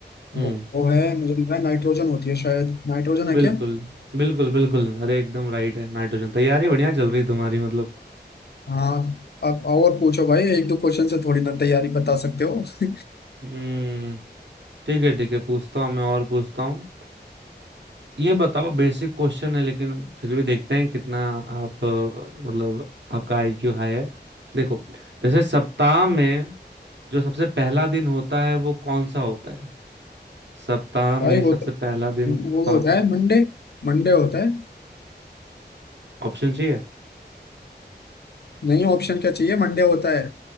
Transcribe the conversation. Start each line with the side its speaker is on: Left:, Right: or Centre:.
Right: हम्म
Left: वो, वो है मुझे लग रहा है नाइट्रोजन होती है शायद नाइट्रोजन है
Right: बिल्कुल
Left: क्या
Right: बिल्कुल बिल्कुल अरे एकदम राइट है नाइट्रोजन तैयारी बढ़िया चल रही तुम्हारी मतलब
Left: हाँ अब और पूछो भाई एक दो क्वेश्चन से थोड़ी ना तैयारी बता सकते हो <laughs>
Right: हम्म ठीक है ठीक है पूछता हूँ मैं और पूछता हूँ ये बताओ बेसिक क्वेश्चन है लेकिन फिर भी देखते हैं कितना आप अ, मतलब आपका आईक्यू हाई है देखो जैसे सप्ताह में जो सबसे पहला दिन होता है वो कौन सा होता है सप्ताह में
Left: भाई वो
Right: सबसे
Left: तो
Right: पहला दिन
Left: वो
Right: कौन
Left: होता
Right: सा होता
Left: है मंडे मंडे होता है
Right: है ऑप्शन चाहिए
Left: नहीं ऑप्शन क्या चाहिए मंडे होता है